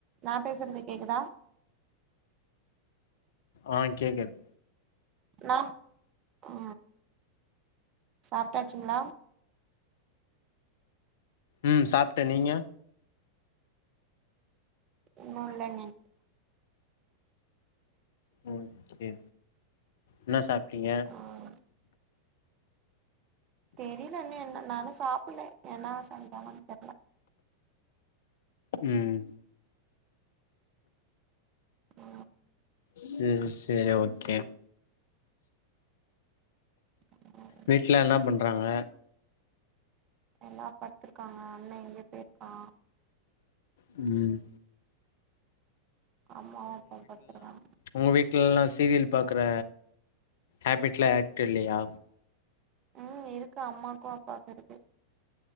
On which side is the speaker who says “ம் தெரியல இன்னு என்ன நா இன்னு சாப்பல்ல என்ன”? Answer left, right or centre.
Right